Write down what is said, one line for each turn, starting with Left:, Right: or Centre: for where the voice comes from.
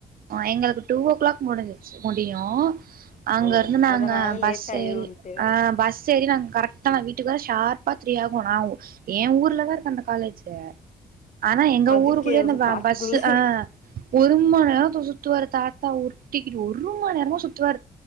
Right: ஆ எங்கள்க்கு டூ ஓ க்ளாக் முடிஞ்சுச்சு முடியு அங்க
Left: ஓ
Right: ருந்து நாங்க
Left: அதனால
Right: பஸ்
Left: லேட் ஆயிருன்ட்டு
Right: ஏறி ஆஹ் பஸ் ஏறி நாங் கரக்ட்டா நா வீட்டுக்கு வர ஷார்பா த்ரீ ஆகு நா எ ஊர்லதா இருக் அந்த காலேஜ் ஆனா எங்க
Left: அதுக்கே
Right: ஊருக்குள்ளயே இந்த வா
Left: காட்டுக்குள்ள
Right: பஸு ஆஹ் ஒரு மநேர சுத்துவாரு தாத்தா உர்ட்டிகிட்டு ஒரு மநேரமா சுத்துவாரு